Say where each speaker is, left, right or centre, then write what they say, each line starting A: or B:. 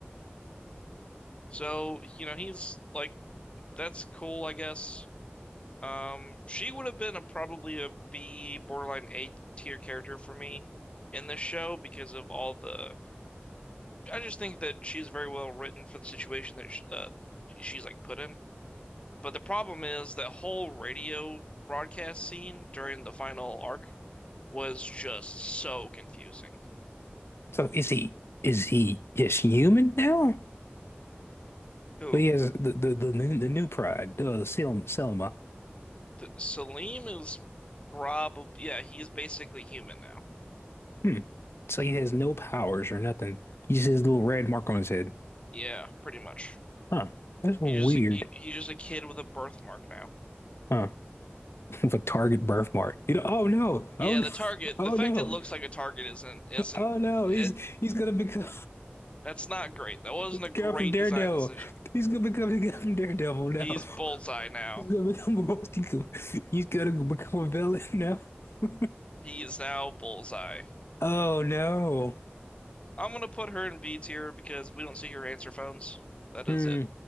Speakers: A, on the left (about 30°); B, on the left (about 90°).
A: So, you know, he's like that's cool, I guess. Um, she would have been a probably a B, borderline A tier character for me in this show because of all the I just think that she's very well written for the situation that sh uh, she's like put in. But the problem is that whole radio broadcast scene during the final arc was just so confusing.
B: So is he is he just human now?
A: Who?
B: But he has the the the new, the new pride, the Sel Selma.
A: Th Salim is probably yeah, he's basically human now.
B: Hmm. So he has no powers or nothing. He just has a little red mark on his head.
A: Yeah, pretty much.
B: Huh. That's weird.
A: He's just a, he, he's just a kid with a birthmark now.
B: Huh. <laughs> With a target birthmark. You know, oh no.
A: Yeah,
B: Oh no.
A: the target,
B: <laughs> Oh
A: the fact
B: no.
A: that it looks like a target isn't isn't
B: Oh no,
A: it,
B: he's he's gonna become
A: that's not great.
B: <laughs>
A: That wasn't
B: the guy
A: a great
B: from Daredevil.
A: design decision.
B: He's gonna become the guy from Daredevil now.
A: He's bullseye
B: <laughs>
A: now.
B: He's gonna become a <laughs> multi- he's gonna become a villain now. <laughs>
A: He is now Bullseye.
B: Oh no.
A: I'm gonna put her in B tier because we don't see her answer phones. That
B: Hmm,
A: is it.